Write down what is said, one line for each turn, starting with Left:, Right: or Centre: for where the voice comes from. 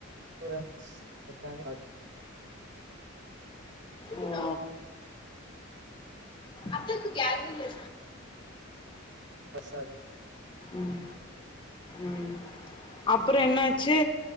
Right: சூரன்ஸ் எல்லாமே கா <inaudible>
Left: ம் அப்துல்க்கு இப்ப யாருமே இல்லே
Right: பஸ்ஸா அது
Left: ம் ம் அப்றோ என்னாச்சு